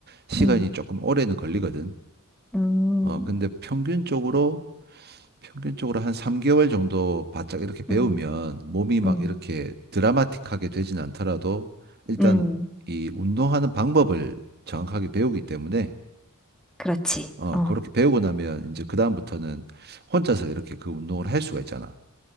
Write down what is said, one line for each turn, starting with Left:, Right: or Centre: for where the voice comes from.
Right: 시간이
Centre: 음,
Right: 조금 오래는 걸리거든.
Centre: 음,
Right: 어 근데 평균적으로 평균적으로 한 3개월 정도 바짝 이렇게 배우면
Centre: 음,
Right: 몸이 막
Centre: 음,
Right: 이렇게 드라마틱하게 되진 않더라도 일단
Centre: 음.
Right: 이 운동하는 방법을 정확하게 배우기 때문에
Centre: 그렇지.
Right: 어
Centre: 어,
Right: 그렇게 배우고 나면 이제 그다음부터는 혼자서 이렇게 그 운동을 할 수가 있잖아.